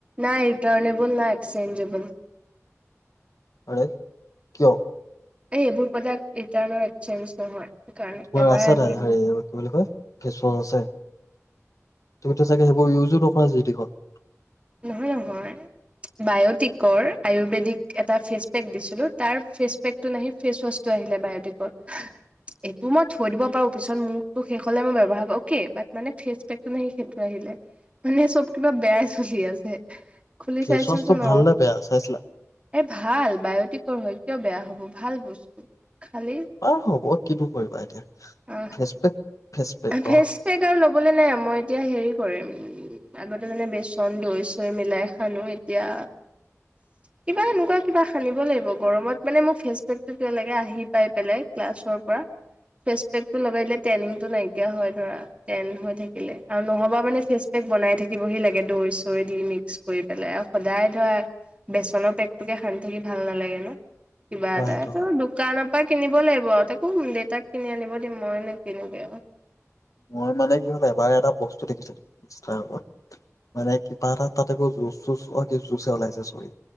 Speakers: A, on the right; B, on the left.
A: নাই ৰিটাৰনেবল না এক্সচেঞজেবল।
B: আৰে! কিয়
A: এ এইবোৰ প্ৰডাক্ট ৰিটাৰ্ণ নহয়। চেঞ্জ নহয়। কাৰণ
B: তোমাৰ
A: এবাৰ
B: আছে
A: আমি
B: তাত, হেৰি কি বুলি কয় ফেছৱাছ আছে? তুমতিয়া চাগে সেইবোৰ ইউজো নকৰা জিটিখন।
A: নহয় নহয়, বায়টিকৰ আয়ুৰ্বেদিক এটা ফেচ পেক দিছিলো তাৰ ফেচ পেক টো নাহি ফেচ ৱাচটো আহিলে বায়টিকৰ, এইটো মই থৈ দিব পাৰো পিছত মোৰটো শেষ হলে মই ব্যৱহাৰ কৰিব অকে, বাট মানে ফেচ পেকটো নাহি সেইটো আহিলে। মানে চব কিবা বেয়া চলি আছে। খুলি
B: ফেচ
A: চাইছোচোন,
B: ৱাছটো ভাল
A: অ।
B: নে বেয়া চাইছিলা?
A: এ ভাল, বায়টিক হয় কিয় বেয়া হ'ব, ভাল বস্তু। খালি,
B: বাৰু হ'ব কিনো কৰিবা এতিয়া
A: অ।
B: ফেচ পেক ফেচ পেক ন
A: ফেচ
B: অ',
A: পেক আৰু ল'বলৈ নাই, মই এতিয়া হেৰি কৰিম। উম্। আগতে যেনে বেছ ন দৈ চৈ মিলাই খানো এতিয়া কিবা এনেকুৱা কিবা সানিব লাগিব গৰমত মানে মোৰ ফেচ পেকটো কিয় লাগে আহি পাই পেলাই ক্লাছৰ পৰা ফেচপেকটো লগাই দিলে। টেনিং টো নাইকিয়া হয় ধৰা টেন হৈ থাকিলে আৰু নহবা মানে ফেচ পেক বনাই থাকিবহি লাগে দৈ-চৈ দি মিক্স কৰি পেলাই আৰু সদায় ধৰা বেচনৰ পেকটোকে সানি থাকি ভাল নালাগে ন কিবা
B: অ',
A: এটা
B: সেইটো
A: ত
B: হয়।
A: দোকানত। তা কিনিব লাগিব আৰু তাকো দেউতাক কিনি আনিব দিম মই নে কিনোগে আৰু
B: মই মানে কি হল এবাৰ এটা বস্তু দেখিছিলো। ইনষ্টাগ্ৰামত মানে কিবা এটা তাত এইবোৰ জুচ চু জু ওলাইছে, চৰি